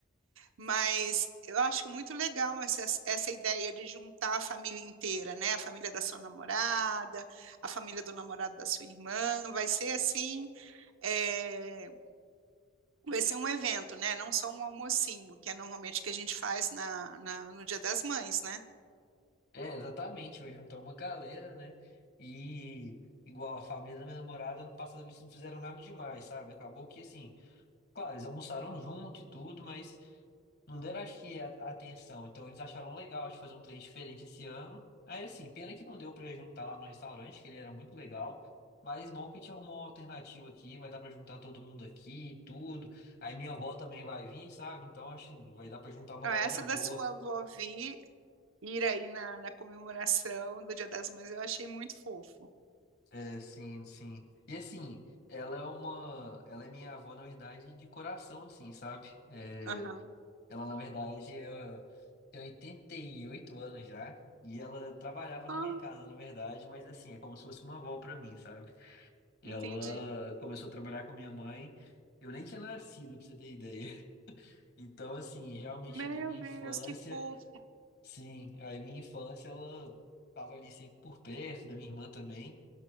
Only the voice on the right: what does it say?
Mas eu acho muito legal essa, essa ideia de juntar a família inteira, né? A família da sua namorada, a família do namorado da sua irmã, vai ser assim. é, Vai ser um evento, né? Não só um almocinho, que é normalmente que a gente faz na, na- no Dia das Mães, né?
Não,
essa
da sua avó Vi ir aí na, na comemoração do Dia das Mães, eu achei muito fofo.
Aham.
Ah,
entendi.
Meu
Deus, que fofo.